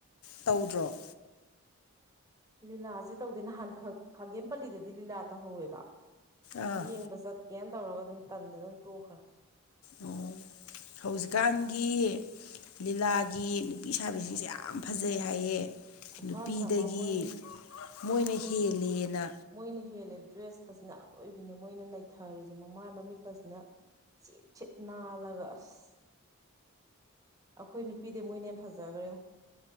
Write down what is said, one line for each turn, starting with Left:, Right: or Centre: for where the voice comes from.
Left: ꯇꯧꯗ꯭ꯔꯣ
Right: ꯂꯤꯂꯥꯁꯦ ꯇꯧꯗꯦ ꯅꯍꯥꯟ ꯈꯥꯒꯦꯝ ꯄꯜꯂꯤꯗꯗꯤ ꯂꯤꯂꯥ ꯇꯧꯍꯧꯋꯦꯕ
Left: ꯑꯥ
Right: ꯌꯦꯡꯕ ꯆꯠ ꯀꯀꯦꯟ ꯇꯧꯔꯒ ꯑꯗꯨꯝ ꯇꯟꯗ ꯑꯗꯨꯝ ꯇꯣꯛꯈ꯭ꯔꯦ
Left: ꯑꯣ ꯍꯧꯖꯤꯛꯀꯥꯟꯒꯤ ꯂꯤꯂꯥꯒꯤ ꯅꯨꯄꯤ ꯁꯥꯕꯤꯁꯤꯡꯁꯦ ꯌꯥꯝ ꯐꯖꯩ ꯍꯥꯏꯌꯦ
Right: ꯈꯨꯐꯖ
Left: ꯅꯨꯄꯤꯗꯒꯤ
Right: ꯑꯃ ꯃꯣꯏ
Left: ꯃꯣꯏꯅ ꯍꯦꯜꯂꯦꯅ
Right: ꯃꯣꯏꯅ ꯍꯦꯜꯂꯦ ꯗ꯭ꯔꯦꯁꯀꯁꯤꯅ ꯑꯂꯣꯏꯕꯤꯅꯦ ꯃꯣꯏꯅ ꯅꯩꯊꯔꯤꯁꯦ ꯃꯃꯥꯏ ꯃꯃꯤꯠꯀꯁꯤꯅ ꯁꯤꯠ ꯁꯤꯠ ꯅꯥꯜꯂꯒ ꯑꯁ ꯑꯩꯈꯣꯏ ꯅꯨꯄꯤꯗꯤ ꯃꯣꯏꯅ ꯌꯥꯝ ꯐꯖꯈ꯭ꯔꯦ